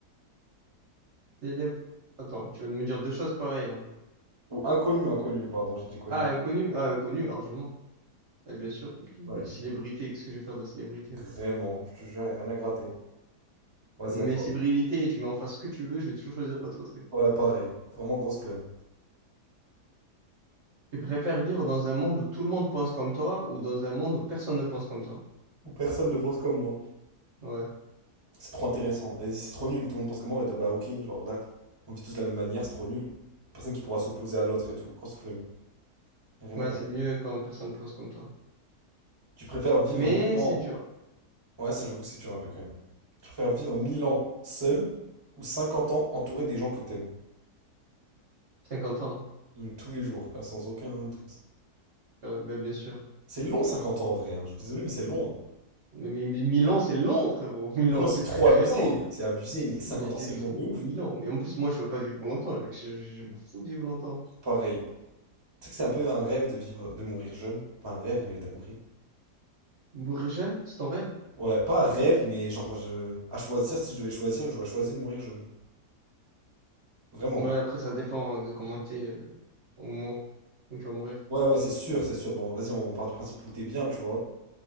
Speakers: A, on the right; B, on the right.
A: Célèbre. Attends, tu vas me dire deux choses pareilles là.
B: Ou inconnu, inconnu, pardon, j'ai dit connu.
A: Ah, inconnu. Ah, inconnu, largement. Eh bien sûr, je-
B: Ouais, de
A: célébrité,
B: ouf.
A: qu'est-ce que je vais faire de la célébrité?
B: Vraiment,
A: moi
B: je te jure, y a rien à gratter. Vas-y,
A: Mais
B: à toi.
A: célébrité, tu mets en face ce que tu veux, je vais toujours choisir l'autre truc.
B: Ouais, pareil. Vraiment grosse flemme.
A: tu préfères vivre dans un monde où tout le monde pense comme toi ou dans un monde où personne ne pense comme toi.
B: Ou personne ne pense comme moi.
A: Ouais,
B: C'est trop intéressant. Vas-y, c'est trop nul. Tout le monde pense comme moi. Ouais, bah ok, genre, dac. On vit tous de la même manière, c'est trop nul. Personne qui pourra s'opposer à l'autre et tout. Grosse flemme. Y a rien
A: ouais,
B: à gratter.
A: c'est mieux quand personne ne pense comme toi.
B: Tu préfères vivre
A: Mais
B: 1000 ans.
A: c'est dur.
B: Ouais, ça, j'avoue, c'est dur un peu quand même. Tu préfères vivre 1000 ans seul ou 50 ans entouré des gens que t'aimes.
A: 50 ans,
B: Mm, Tous les jours, euh, sans aucun doute.
A: Euh, ben, bien sûr.
B: C'est long 50 ans en vrai, hein. Je suis désolé, mais c'est long. hein.
A: Mais, mais, mais 1000 ans, c'est long, frérot. <laughs> mille
B: 1000
A: ans,
B: ans, c'est
A: c'est
B: trop
A: très très
B: abusé.
A: long.
B: C'est abusé, mais 50
A: Mais t'es
B: ans, c'est
A: fou,
B: long de ouf.
A: 1000 ans. Mais en plus, moi, je veux pas vivre longtemps. Je, je- je m'en fous de vivre longtemps.
B: Pareil. Tu sais que c'est un peu un rêve de vivre, de mourir jeune. Pas un rêve, mais t'as compris.
A: Mourir jeune, c'est ton rêve?
B: Ouais, pas un rêve, mais genre, je... à choisir, si je devais choisir, j'aurais choisi de mourir jeune. Vraiment.
A: Ouais, après, ça dépend de comment t'es euh, au moment où tu vas mourir.
B: Ouais, ouais, c'est sûr, c'est sûr. Bon, vas-y, on part du principe où t'es bien, tu vois.